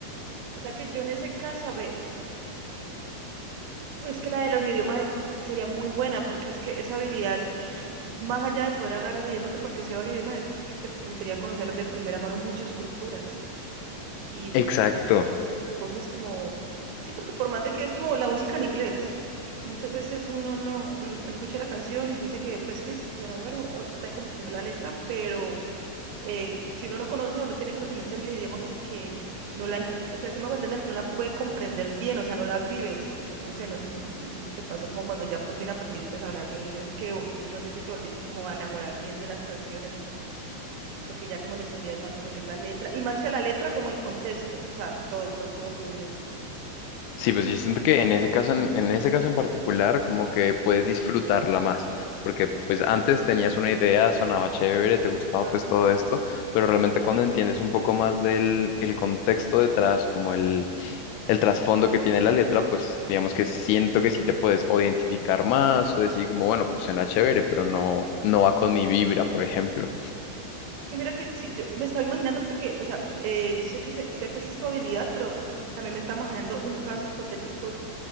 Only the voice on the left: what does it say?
Exacto.
Sí, pues yo siento que en ese caso, en, en ese caso en particular, como que puedes disfrutarla más, porque pues antes tenías una idea, sonaba chévere, te gustaba
pues todo esto, pero realmente cuando entiendes un poco más del el contexto detrás, como el, el trasfondo que tiene la letra, pues digamos que siento que sí te puedes o identificar más o decir como, bueno, pues suena chévere, pero no, no va con mi vibra, por ejemplo.